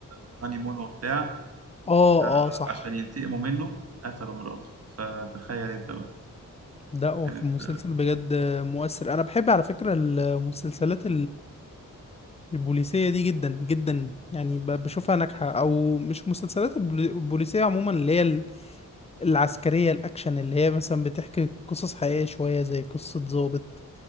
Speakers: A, on the right; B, on the left.
A: بهاني مون وبتاع
B: اه
A: آه،
B: اه صح
A: عشان ينتقموا منه قتلوا مراته فتخيل انت بقى
B: ده هو
A: كانت
B: كان مسلسل
A: آه،
B: بجد آه، مؤثر انا بحب على فكرة المسلسلات البوليسية دي جدا جدا يعني ب- بشوفها ناجحة أو مش مسلسلات البولي- البوليسية عموما اللي هي ال- العسكرية الأكشن اللي هي مثلا بتحكي قصص حقيقية شوية زي قصة ضابط